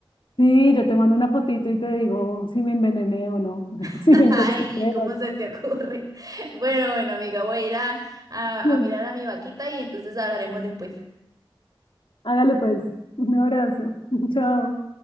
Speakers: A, on the left; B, on the right.
A: Sí, yo te mando una fotito y te digo si me envenené o no, <laughs>
B: <laughs>
A: si me intoxiqué
B: Ay, ¿cómo
A: o no.
B: se te ocurre? <laughs> Bueno, bueno, amiga, voy a ir a, a
A: Bueno,
B: a mirar a mi vaquita y entonces hablaremos después.
A: hágale pues, un abrazo, <laughs> chao.